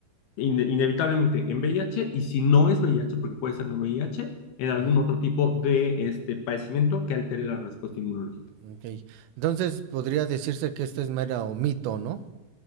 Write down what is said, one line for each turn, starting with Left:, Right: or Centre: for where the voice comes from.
Left: in inevitablemente en VIH y si no es VIH, porque puede ser no VIH, en algún
Right: Ujú,
Left: otro tipo de este padecimiento que altere la respuesta inmunológica.
Right: ok. Entonces podría decirse que esta es mera o mito, ¿no?